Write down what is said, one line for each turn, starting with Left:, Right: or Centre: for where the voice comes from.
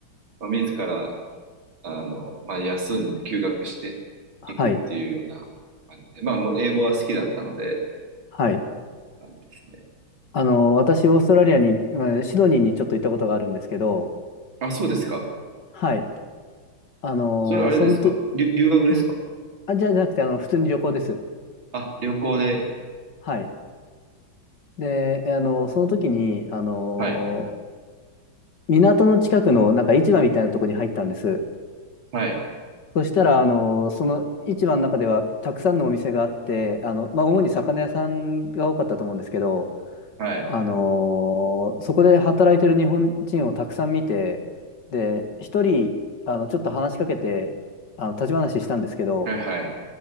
Right: まあ、自ら、あの、まあ、休んで、休学していくっていうような感じで、
Left: あはい。
Right: まあ、もう英語は好きだったので、
Left: はい。
Right: 感じですね。
Left: あの、私、オーストラリアに、まあシドニーにちょっと行ったことがあるんですけど、
Right: あ、そうですか。
Left: はい。あの、
Right: それあれですかりゅ留学ですか
Left: そのと、んあ、じゃ、じゃなくて、あの、普通に旅行です。
Right: あ、旅行で、
Left: はい。で、あの、その時に、あの、
Right: はい、
Left: 港の近くの、なんか市場みたいなところに入ったんです。
Right: はい、
Left: そしたら、あの、その市場の中では、たくさんのお店があって、あの、まあ、主に魚屋さんが多かったと思うんですけど、
Right: はい、
Left: あのーそこで働いてる日本人をたくさん見て、で、一人、あの、ちょっと話しかけて、あの、立ち話したんですけど、
Right: はい、はい。